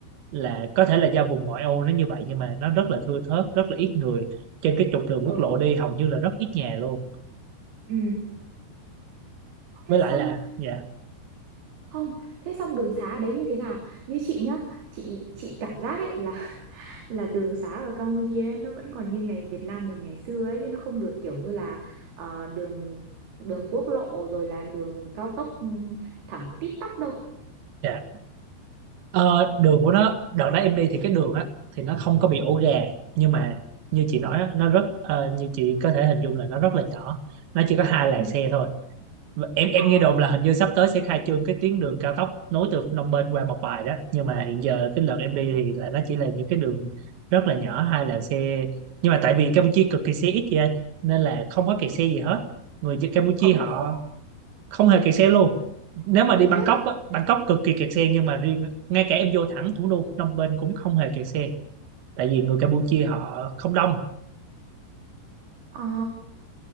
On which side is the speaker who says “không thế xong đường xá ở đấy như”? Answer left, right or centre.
Right